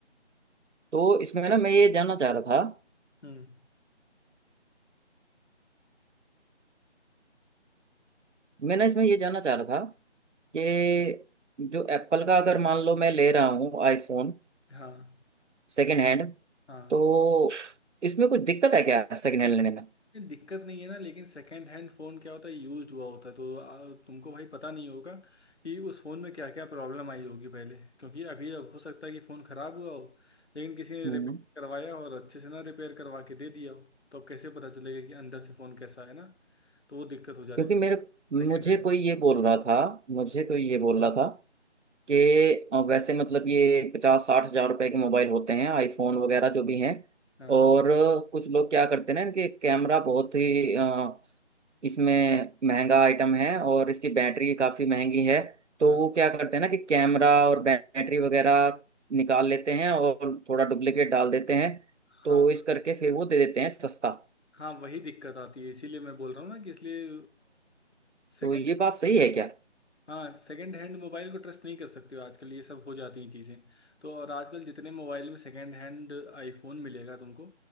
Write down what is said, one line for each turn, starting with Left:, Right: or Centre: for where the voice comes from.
Right: तो इसमें ना मैं ये जानना चाह रहा था
Left: हम्म
Right: मैं ना इसमें ये जानना चाह रहा था कि जो एप्पल का अगर मान लो मैं ले रहा हूँ आईफोन
Left: हाँ
Right: सेकंड हैंड
Left: हाँ
Right: तो इसमें कुछ दिक्कत है क्या सेकंड हैंड लेने में
Left: नहीं, दिक्कत नहीं है ना लेकिन सेकंड हैंड फ़ोन क्या होता है यूज्ड हुआ होता है तो आ, तुमको भाई पता नहीं होगा कि उस फ़ोन में क्या क्या प्रॉब्लम आई होगी पहले क्योंकि अभी अब हो सकता है कि फ़ोन ख़राब हुआ हो लेकिन किसी ने
Right: हम्म
Left: रिपेयर करवाया हो और अच्छे से ना रिपेयर करवा के दे दिया हो तो अब कैसे पता चलेगा कि अंदर से फ़ोन कैसा है ना तो वो दिक्कत हो जाती
Right: क्योंकि
Left: है
Right: मेरे मुझे
Left: सेकेंड हैंड
Right: कोई ये बोल रहा था मुझे कोई ये बोल रहा था कि अ, वैसे मतलब ये पचास साठ हजार रुपए के मोबाइल होते हैं आईफोन वगैरह जो भी हैं
Left: हाँ
Right: और अ, कुछ लोग क्या करते हैं ना इनके कैमरा बहुत ही अ, इसमें महंगा आइटम है और इसकी बैटरी काफ़ी महंगी है तो
Left: हाँ
Right: वो क्या करते हैं ना कि कैमरा और बैटरी वगैरह निकाल लेते हैं और थोड़ा डुप्लीकेट डाल देते हैं
Left: हाँ
Right: तो इस करके फिर वो दे देते हैं सस्ता
Left: हाँ वही दिक्कत आती है इसीलिए मैं बोल रहा हूँ ना कि इसलिए सेकेंड
Right: तो ये बात सही है क्या
Left: हाँ सेकंड हैंड मोबाइल को ट्रस्ट नहीं कर सकते हो आजकल ये सब हो जाती हैं चीज़ें तो और आजकल जितने मोबाइल में सेकंड हैंड आईफोन मिलेगा तुमको